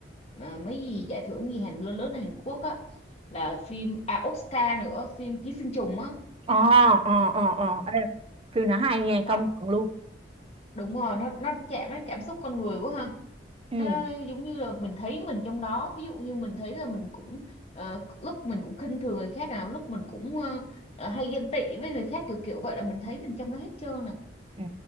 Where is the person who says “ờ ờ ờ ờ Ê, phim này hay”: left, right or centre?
Right